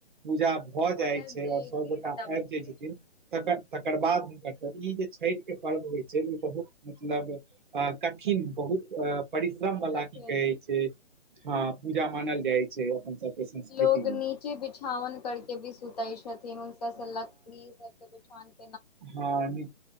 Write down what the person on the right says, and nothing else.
पूजा भऽ जाय
छै
और
सब गोटा
आएब जाय छथिन,
तकर तकर बाद हुनकर <unintelligible> ई जे छैठ के पर्व होय छै, ई बहुत मतलब आ कठिन बहुत अ परिश्रम वला
की कहै छै। हाँ पूजा मानल जाय छै। अपन सबके संस्कृति
मे
हाँ नी,